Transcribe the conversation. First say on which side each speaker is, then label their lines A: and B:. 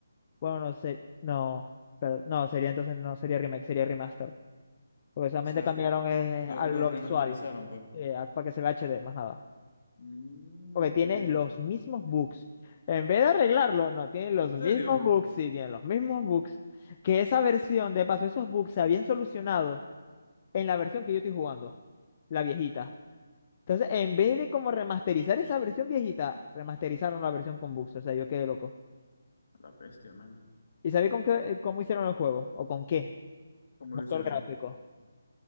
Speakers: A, on the left (about 35°); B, on the left (about 55°).
A: Bueno, no sé. No. Pero, no, sería entonces. No sería remake, sería remaster. Porque solamente
B: O sea,
A: cambiaron eh,
B: lo,
A: a
B: lo
A: lo
B: remasterizaron,
A: visual.
B: pues.
A: eh, a- para que se vea HD, más nada.
B: Mm,
A: Ok,
B: ok.
A: tienes
B: ¿En
A: los mismos bugs. En vez de arreglarlo, no, tienen los
B: serio?
A: mismos bugs, sí, tienen los mismos bugs. Que esa versión, de paso, esos bugs se habían solucionado en la versión que yo estoy jugando, la viejita. Entonces, en vez de como remasterizar esa versión viejita, remasterizaron la versión con bugs. O sea, yo quedé loco.
B: La bestia, man.
A: ¿Y sabéis con qué, eh, cómo hicieron el juego? ¿O con qué?
B: ¿Cómo
A: Motor
B: lo hicieron?
A: gráfico.